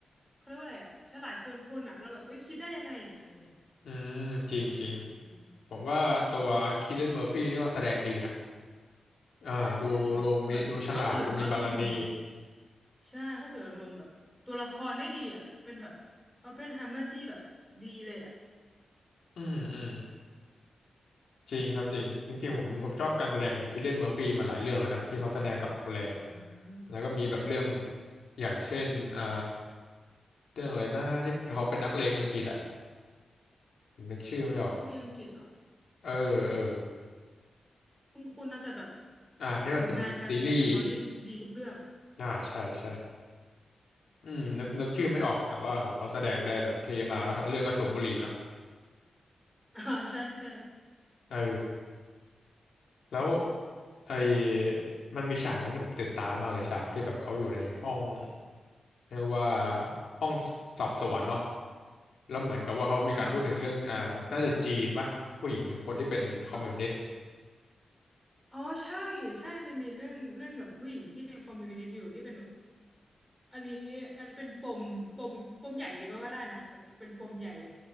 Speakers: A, in the centre; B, on the left.
A: เขาเรียกว่าอะไรอะฉลาดเกินคนอะเราแบบเว้ยคิดได้ยังไงอะอะไรเงี้ย
B: อืมจริงจริง
A: อืม
B: ผมว่าตัวคีเลนเมอร์ฟี่นี่ก็แสดงดีนะอ่าดูดูมีดูฉลาดดูมีบารมี
A: ใช่ใช่แบบเขาสื่ออารมณ์ถึงใช่เขาสื่ออารมณ์แบบตัวละครได้ดีอ่ะเป็นแบบออปเพนไฮเมอร์ที่แบบดีเลยอ่ะ
B: อืมอืมจริงครับจริงจริงๆผมผมชอบการแสดงของคิลเลียนเมอร์ฟี่มาหลายเรื่องแล้วนะที่เขาแสดงกับโนแลน
A: อืม
B: แล้วก็มีแบบเรื่องอย่างเช่นอ่า เรื่องอะไรนะที่เขาเป็นนักเลงอังกฤษอะผมนึกชื่อไม่ออก
A: นักเรียนอังกฤษเหรอ
B: เออเออ
A: คุณคุณนะแต่แบบ
B: อ่าเพราะมันเป็นซีรีส์
A: ผลงานการแสดงเขานี่ดีทุกเรื่อง
B: อ่าใช่ใช่อืมนึกนึกชื่อไม่ออกแต่ว่าโหเขาแสดงได้แบบเทมากแล้วทั้งเรื่องก็สูบบุหรี่เนาะ
A: <laughs> อ่าใช่ใช่
B: เออแล้วไอ้มันมีฉากหนึงที่ผมติดตามมากเลยฉากที่แบบเขาอยู่ในห้องเรียกว่าห้องสอบสวนเนาะแล้วเหมือนกับว่าเขามีการพูดถึงเรื่องอ่าน่าจะจีนป่ะผู้หญิงคนที่เป็นคอมมิวนิสต์
A: อ่าค่ะอ๋ออ๋อใช่ใช่มันมีเรื่องเรื่องกับผู้หญิงที่เป็นคอมมิวนิสต์อยู่ที่เป็นอันนี้อันนี้เป็นปมปมปมใหญ่เลยก็ว่าได้นะแบบเป็นปมใหญ่เลย